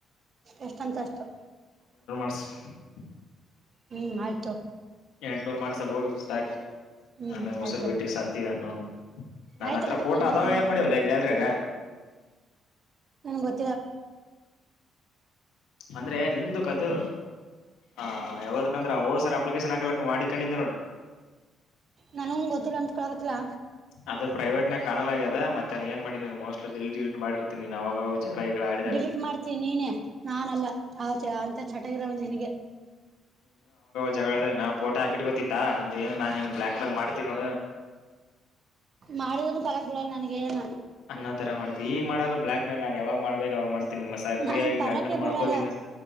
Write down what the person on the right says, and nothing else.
ಎಷ್ಟಂತಷ್ಟು
ಹ್ಮ್ ಆಯ್ತು
ಹ್ಞೂ
ಆಯ್ತು
ಆಯಿತು
ಆಯ್ತು
ಅನ್ನಕತ್ನಲ್ಲ
ನಾ
ಇಲ್ಲ ಅನ್ನಕ್ತೀನಿ
ನನಗ್ ಗೊತ್ತಿಲ್ಲ
ನಾನಂಗ ಗೊತ್ತಿಲ್ಲ ಅಂತ್ ಕಳಗತ್ತಲ್ಲಾ
ಡಿಲೀಟ್ ಮಾಡ್ತೀ ನೀನೇ ನಾನಲ್ಲ ಆಯತೆ ಅಂತ ಚಟ ಒಂದ ನಿನಗೆ
ಮಾಡಿದನು ಪರಕ್ ಬಿಡಲ್ಲ ನನಗ ಏನ
ನನಗ ಪರಕ್ಕೆ
ಬೀಳಲ್ಲ